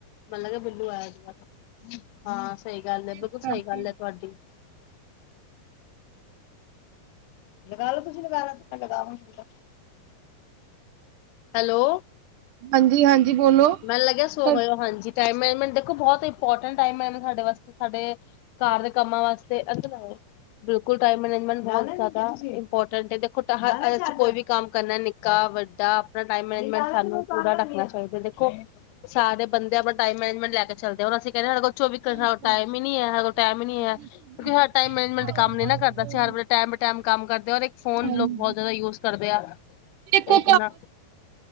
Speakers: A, on the left (about 85°); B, on the right (about 70°).
A: ਮਤਲਬ ਕਿ ਬਿੱਲੂ ਆਇਆ ਸੀ ਜ ਹਾਂ ਸਈ ਗੱਲ ਏ ਬਿਲਕੁਲ
B: ਇਸ ਕਰਕੇ
A: ਸਈ ਗੱਲ ਏ ਤੁਹਾਡੀ ਤੇ ਗੱਲ ਕੁਛ ਨਈ ਕਰ ਸਕਦਾ ਬੰਦਾ ਹੈਲੋ
B: ਹਾਂਜੀ-ਹਾਂਜੀ ਬੋਲੋ।
A: ਮੈਨੂੰ ਲੱਗਿਆ ਸੋ
B: ਹਾਂ
A: ਗਏ ਹੋ ਹਾਂਜੀ ਟੈਮ ਮੈਮੈਂਟ ਦੇਖੋ ਬਹੁਤ ਇੰਪੋਰਟੈਂਟ ਟੈਮ ਹਾਡੇ ਵਾਸਤੇ ਸਾਡੇ ਘਰ ਦੇ ਕੰਮਾਂ ਵਾਸਤੇ ਬਿਲਕੁਲ ਟੈਮ ਮੈਨੇਜਮੈਂਟ ਇੰਪੋਰਟੈਂਟ ਦੇਖੋ ਕੋਈ ਵੀ ਕੰਮ ਕਰਨਾ ਨਿੱਕਾ ਵੱਡਾ ਆਪਣਾ ਟਾਈਮ ਮੈਨਜਮੈਂਟ ਸਾਨੂੰ ਪੂਰਾ ਰੱਖਣਾ ਚਾਈ ਖੋ ਸਾਰੇ ਬੰਦੇ ਆਪਣਾ ਟਾਈਮ ਮੈਨੇਜਮੈਂਟ ਲੈ ਕੇ ਚਲਦੇ ਆ ਹੁਣ ਅਸੀਂ ਕੈਂਦੇ ਸਾਡੇ ਕੋ ਚਵੀ ਘੰ
B: ਬਿਲਕੁਲ-ਬਿਲਕੁਲ-ਬਿਲਕੁਲ
A: ਟੈਮ ਈ ਨੀ ਹੈੇ ਕੋਲ ਟਾਈਮ ਈ ਕਿਉਂਕਿ
B: ਤੁਸੀਂ
A: ਹਰ ਟਾਈਮ ਮੈਨੇਜਮੈਂਟ
B: ਆਪਣਾ ਘਰ
A: ਕੰਮ
B: ਦਾ
A: ਨੀ ਨਾ ਕਰਦਾ ਸੀ ਹਰ ਵੇ
B: ਅ
A: ਟੈਮ ਬਟੈਮ ਕੰਮ ਕਰਦੇ ਔਰ ਇੱਕ ਫੋਨ
B: ਹਾਂਜੀ।
A: ਲੋਕ ਬੋਤ ਜਾਦਾ ਯੂਜ ਕਰਦੇ ਆ
B: ਦੇਖੋ
A: ਇੱਕ ਨਾ